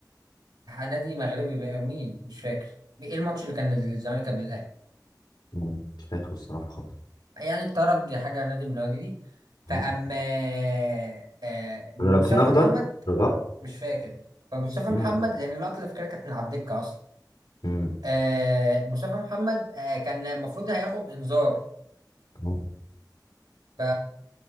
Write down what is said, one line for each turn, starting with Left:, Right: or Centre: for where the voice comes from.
Right: نادي مغربي بقى مين مش فاكر ايه الماتش اللي كان الزمالك قبل الأهلي
Left: مم. مش فاكره الصراحه خالص
Right: يعني الترجي حاجة نادي من النوادي دي فأما
Left: مم؟
Right: آه، آه، مصطفى
Left: رابطين اخضر
Right: محمد
Left: رجاء
Right: مش فاكر فمصطفى
Left: مم.
Right: محمد لأن اللقطة اللي فاكرها كانت من على الدكة أصلا
Left: مم.
Right: آه مصطفى محمد آه كان المفروض هياخد انذار
Left: مم.
Right: ف